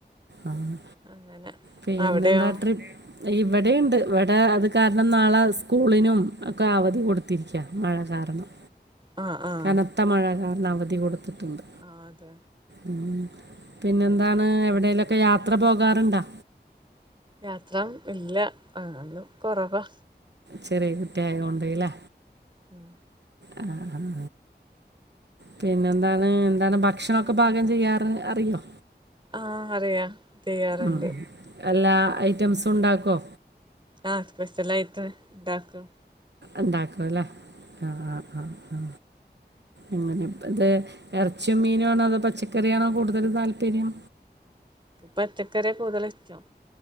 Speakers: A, on the right; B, on the right.
A: ആഹ്
B: അങ്ങനെ
A: പിന്നെന്താ
B: അവിടെയോ
A: ട്രിപ്പ് ഇവിടെണ്ട് ഇവിടെ അത് കാരണം നാളെ സ്കൂളിനും ഒക്കെ അവധി കൊടുത്തിരിക്കുകാ മഴ കാരണം
B: ആഹ് ആഹ്
A: കനത്ത മഴ കാരണം അവധി കൊടുത്തിട്ടുണ്ട്
B: ആഹ് അതെ
A: ഉം പിന്നെന്താണ് എവിടെേലുംക്കെ യാത്ര പോകാറുണ്ടോ
B: യാത്ര ഇല്ല അത് കൊറവാ
A: ചെറിയ കുട്ടിയായത് കൊണ്ടല്ലേ
B: ഉം
A: ആഹ് ആഹ് പിന്നെന്താണ് എന്താണ് ഭക്ഷണംക്കെ
B: പിന്നെ
A: പാകം ചെയ്യാറ് അറിയോ
B: ആഹ് അറിയാം ചെയ്യാറുണ്ട്
A: ഉം എല്ലാ ഐറ്റംസും ഉണ്ടാക്കുമോ
B: ആത്ത് പൈസ്സ ലൈറ്റർ ണ്ടാക്കും
A: ഉണ്ടാക്കും അല്ലേ ആഹ് ആഹ് ആ ആ അങ്ങനെ ഇത് ഇറച്ചിയും മീനും ആണോ അതോ പച്ചക്കറിയാണോ കൂടുതൽ താല്പര്യം
B: പച്ചക്കറിയ കൂട്തല് ഇഷ്ടം